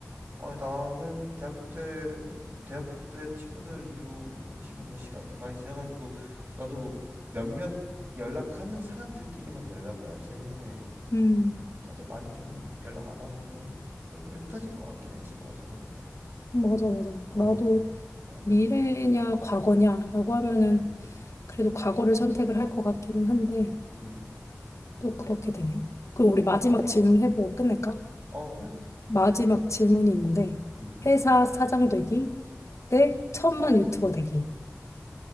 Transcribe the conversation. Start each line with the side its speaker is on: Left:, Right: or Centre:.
Right: 아, 나는 대학교 때, 사실 대학교 때 친구들 이후 지금 뭐 시간이 좀 많이 지나가지고, 나도 뭐 몇몇 연락하는 사람들끼리만 연락을 하지.
Left: 음,
Right: 다들 많이 좀 연락 안 하고 좀 뿔뿔이 흩어진 것 같긴 해, 지금 와서 보니까.
Left: 맞아, 맞아.
Right: 어,
Left: 나도
Right: 맞아.
Left: 미래냐 과거냐라고 하면은
Right: 음,
Left: 그래도 과거를 선택을 할 것 같기는 한데
Right: 음.
Left: 또 그렇게 되네. 그럼 우리 마지막 질문 해보고 끝낼까?
Right: 어, 그래?
Left: 마지막 질문이 있는데
Right: 음.
Left: 회사 사장 되기 대 천만 유튜버 되기.